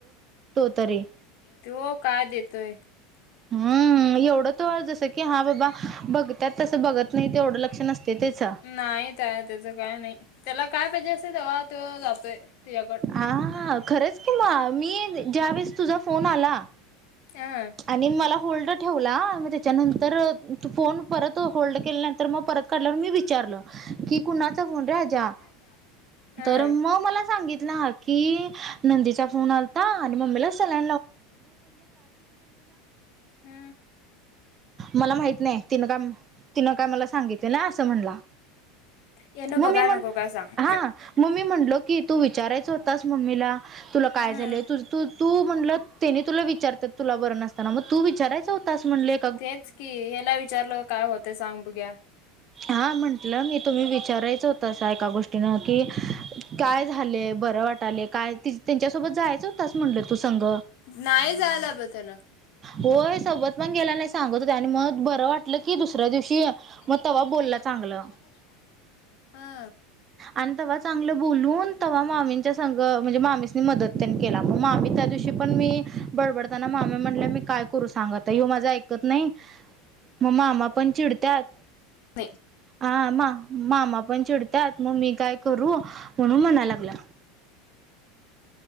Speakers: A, on the right; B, on the left.
A: तरी
B: त्यो काय देतोय? <inaudible>
A: हम्म एवढं तो जसं की हा बाबा बघत्यात तसं बघत नाही ते एवढं लक्ष नसते त्याच.
B: नाही त्यात त्याचं काय नाही त्याला काय पाहिजे असतोय तेव्हा तो जातोय. तिच्याकड
A: आ हा खरंच कि म मी ज्या वेळेस तुझा फोन आला
B: हं
A: आणि मला होल्ड ठेवला म त्याच्यानंतर फोन परत होल्ड केल्यानंतर मग परत काढल्यावर मी विचारलं की कुणाचा फोन र आज्या?
B: <inaudible> हं
A: तर मग मला सांगितलं की नंदीचा फोन आलता आणि मम्मीला सलायन
B: हम!
A: मला माहित नाही तिन काय तिन काय मला सांगितलं नाय असं म्हणाला
B: येन
A: म
B: बघाय
A: मी म्हणलं
B: नको काय सांग
A: हा मी म्हणलं की तू विचारायच होतास मम्मीला तुला काय
B: हं
A: झालंय तुझ तू तू म्हणलं तेनी तुला विचारतात तुला बरं नसताना मग तू विचारायचं होतास म्हणले
B: तेच की याला विचारलं काय होतय सांग बघूया.
A: हा म्हंटलं मी तुम्ही विचारायचं होत अस एका गोष्टीनं की काय झाले बरं वाटाले काय त्यांच्यासोबत जायचं होतच म्हणलं तू संघ.
B: नाही जायला ब त्या ना.
A: होय सोबत पण गेला नाही सांगत होते आणि मग बरं वाटलं की दुसऱ्या दिवशी
B: ्या
A: मग
B: दिवग
A: तवा बोलला चांगलं
B: हा.
A: आणि तेव्हा चांगलं बोलून तेव्हा मामींच्या सं म्हणजे मामीसनी मदत. त्यानं केला मग मामी त्या दिवशी पण मी बडबडताना मामी म्हटल्या मी काय करू सांगत ह्यो माझं कत नाही मग मामा पण चिडत्यात.
B: नाय.
A: आ म मामा पण चिडतात मग मी काय करू? म्हणून म्हणाय लागला.